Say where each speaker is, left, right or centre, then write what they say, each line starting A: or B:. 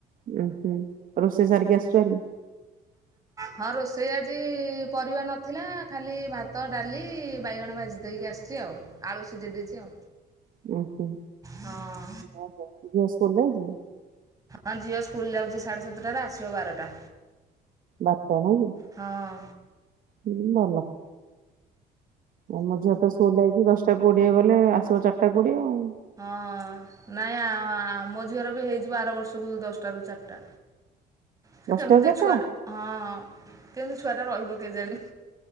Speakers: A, on the right; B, on the right.
A: ଉଁ ହୁଁ ରୋଷେଇ ସାରିକି ଆସଛୁ ହାରି।
B: ହଁ ରୋଷେଇ ଆଜି ପରିବା ନଥିଲା ଖାଲି ଭାତ, ଡାଲି, ବାଇଗଣ ଭାଜି ଦେଇକି ଆସ ଚି ଆଉ ଆଳୁ ସିଜେଇ ଦେଇଚି ଆଉ।
A: ଉଁହୁଁ
B: ହଁ।
A: <unintelligible> ଝିଅ ସ୍କୁଲ ଯାଇଚି?
B: ହଁ ଝିଅ ସ୍କୁଲ ଯାଉଚି ସାଢ଼େ ସାତଟାରେ ଆସିବ ବାରଟା।
A: ବାପୁଆ ନାହିଁ କି?
B: ହଁ।
A: ହୁଁ ଭଲ। ଉଁ ମୋ ଝିଅ ତ ସ୍କୁଲ ଯାଇଚି ଦଶଟା କୋଡିଏ ଗଲେ ଆସିବ ଚାରଟା କୋଡିଏ ଆଉ।
B: ହଁ ନାଇଁ ଆ ଆ ମୋ ଝିଅର ବି ବି ହେଇଯିବ ଆର ବର୍ଷକୁ ଦଶଟାରୁ ଚାରିଟା। ସେ
A: ଦଶଟାରୁ
B: କେମିତି
A: ଚାରିଟା
B: ଛୁଆଟେ ହଁ କେମିତି ଛୁଆ ଟେ ରହିବ କେଜାଣି।